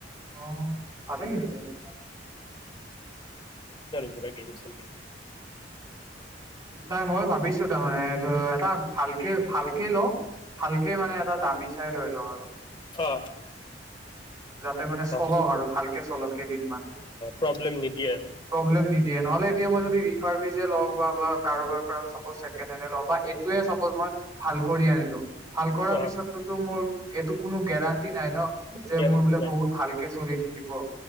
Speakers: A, on the right; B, on the left.
A: অঁ, ভালেই লিখিছে এইবাৰ।
B: ক গছে <unintelligible>
A: নাই মই ভাবিছো তাৰমানে এজন তাত ভাল। ভালকে লওঁ, ভালকে মানে এটা দামী চাই লৈ লওঁ আৰু।
B: অ
A: যাতে মানে চলক,
B: অ
A: আৰু ভালকে চলক কেইদিনমান।
B: প্ৰব্লেম নিদিয়ে আৰু
A: প্ৰব্লেম নিদিয়ে, নহলে এতিয়া মই যদি ৰিফাৰ ৱিয লওঁ বা বা কাৰোবাৰ পৰা ছাপোজ চেকেণ্ড হেণ্ড এ লও, বা এইটোয়েই ছাপোজ‌ মই ভাল কৰি আনিলো। ভাল কৰাৰ
B: অ
A: পিছতোতো মোৰ এইটো কোনো গেৰাণ্টি নাই ন, যে
B: গেৰেণ্টি
A: মোৰ বোলে
B: নাই
A: বহুত ভালকে চলি থাকিব।